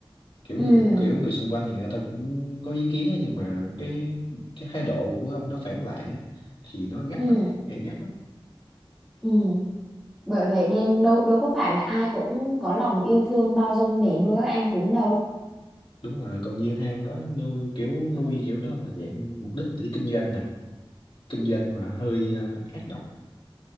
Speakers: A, on the left (about 65°); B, in the centre.
A: kiểu
B: ừ
A: người kiểu người xung quanh thì người ta cũng có ý kiến á nhưng mà cái cái thái độ của ông đó phản lại á, thì nó gắt
B: ừ
A: lắm gay gắt lắm
B: ừ bởi vậy nên đâu đâu có phải là ai cũng có lòng yêu thương bao dung để nuôi các em cún đâu
A: đúng rồi còn như hai ông đó nuôi kiểu nuôi kiểu đó là dạng mục đích để kinh doanh nè kinh doanh mà hơi ờ, ác độc